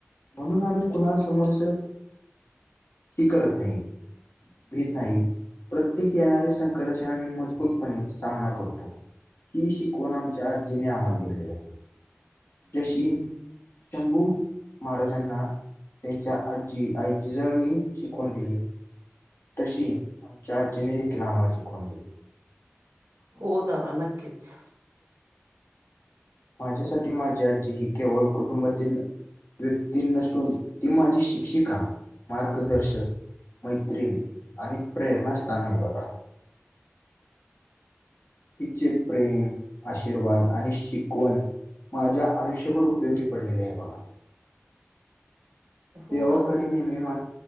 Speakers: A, on the left (about 55°); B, on the right (about 75°).
A: म्हणून आम्ही कुणा समोरसं हि करत नाही. भीेत नाही. प्रत्येक येणाऱ्या संकटाचे आम्ही मजबूतपणे सामना करतो. ही शिकवण आमच्या आज्जीने आम्हाल दिली आहे. जशी शंभू महाराजांना त्यांच्या आज्जी आई जिजाऊनी शिकवण दिली. तशी आमच्या आज्जीने देखील आम्हाला शिकवण दिली.
B: हो दादा नक्कीच.
A: माझ्यासाठी माझी आजी ही केवळ कुटुंबातील व्यक्ती नसून ती माझी शिक्षिका मार्गदर्शक मैत्रीण आणि प्रेरणास्थान आहे बघा. तिचे प्रेम, आशीर्वाद आणि शिकवण माझ्या आयुष्यभर उपयोगी पडलेले आहे बघा.
B: हो
A: देवाकडे
B: दादा नक्कीच
A: नेहमी मा,